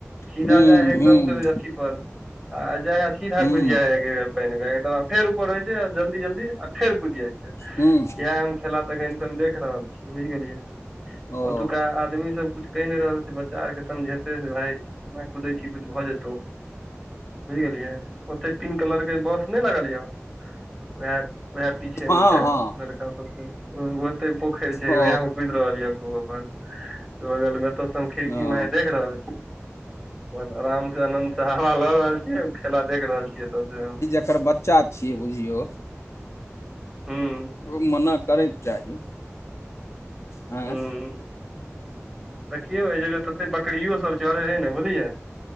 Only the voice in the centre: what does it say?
सीधा
जाइ है एकदम
से औ अथी पर आ जई सीधा
खुद जाइ ह एक बेर पानि मे फेर ऊपर रहय छै जल्दी जल्दी फेर कुदि जाइ छै
इहा हम खेला तखन से हम देख रहल छीयै बुझ गेलियै
ओतुका आदमी सब कुछु कहि नहि रहल छै बच्चा आरके समझेतै जे भाई एना कुदै छी किछु भ जेतौ बुझि गेलियै ओतेक तीन कलरके बस नय लागल यए उहा वएह पीछे
में छै
लड़का सबके ओते पोखर छै
वएहा मे खुद रहल य खू अपन बगल मे ओतह से हम
खिड़की माहे देख रहल छी अपन आराम से <unintelligible> ल रहल छियै खेला देख रहल छियै एत से
हूँ
हूं देखियौ एहि जगह तते बकियो सब चरे है ने बुझलियै